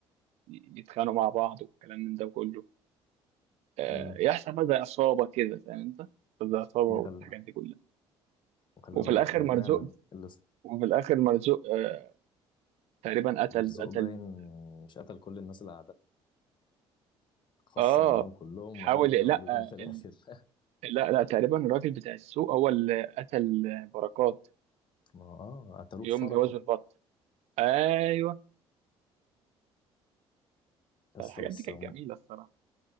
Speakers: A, on the right (about 75°); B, on the left (about 45°).
A: يتخانقوا مع بعض والكلام من ده كله آه،
B: امم
A: يحصل بقى زي عصابة كده فاهم انت زي عصابة
B: هي
A: والحاجات
B: خل...
A: دي كلها
B: وخلي
A: وفي
B: بالك
A: الآخر
B: هي
A: مرزوق
B: فعلا اللي
A: وفي الآخر مرزوق آه، تقريبا قتل
B: مرزوق
A: قتل
B: باين مش قتل كل الناس اللي خصم
A: اه
B: معاهم كلهم
A: حاول
B: وعلم
A: لا
B: عليهم
A: آه،
B: في الاخر
A: ال-
B: <laughs>
A: لا لا تقريبا الراجل بتاع السوق هو اللي قتل بركات
B: ما هو اه قتلوه
A: يوم
B: في فرحه
A: جوازه البط ايوه
B: يا
A: الحاجات
B: اسطى بس
A: دي كانت
B: هم-
A: جميلة الصراحة